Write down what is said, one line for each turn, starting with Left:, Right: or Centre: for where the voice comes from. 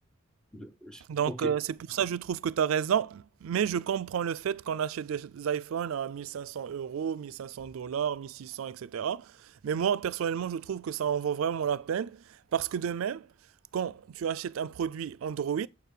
Centre: De- je-
Right: Donc,
Centre: Ok,
Right: euh, c'est pour ça je trouve que tu as raison, mais je comprends le fait qu'on achète des iPhones à 1500 euros, 1500 dollars, 1600, etc. Mais moi, personnellement, je trouve que ça en vaut vraiment la peine parce que de même, quand tu achètes un produit Android,